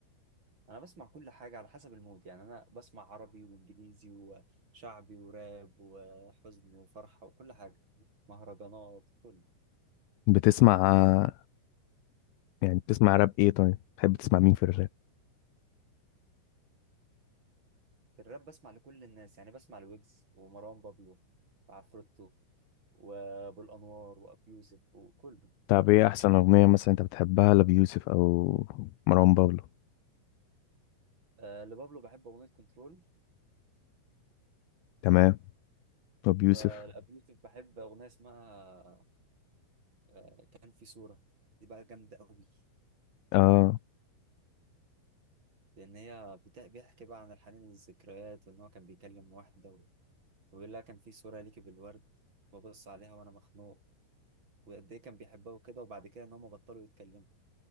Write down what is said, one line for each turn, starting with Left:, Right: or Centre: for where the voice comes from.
Right: انا بسمع كل حاجه على حسب المود يعني انا بسمع عربي وانجليزي وشعبي وراب وحزن وفرحه وكل حاجه مهرجانات كله
Left: بتسمع يعني بتسمع راب إيه طيب بتحب تسمع مين في الراب
Right: في الراب بسمع لكل الناس يعني بسمع لويجز ومروان بابلو وعفروتو وابو الانوار وابيوسف وكله
Left: طب إيه أحسن أغنية مثلا أنت بتحبها لأبيوسف أو مروان بابلو
Right: آه لبابلو بحب أغنية كنترول
Left: تمام أبيوسف
Right: ولأبي يوسف بحب أغنية اسمها آه كان في صورة دي بقى جامدة قوي
Left: آه
Right: لأن هي بتا- بيحكي بقى عن الحنين للذكريات وإن هو كان بيكلم واحدة و- وبيقول لها كان في صورة ليكي بالورد ببص عليها وأنا مخنوق وقد إيه كان بيحبها وكده وبعد كده إن هما بطلوا يتكلموا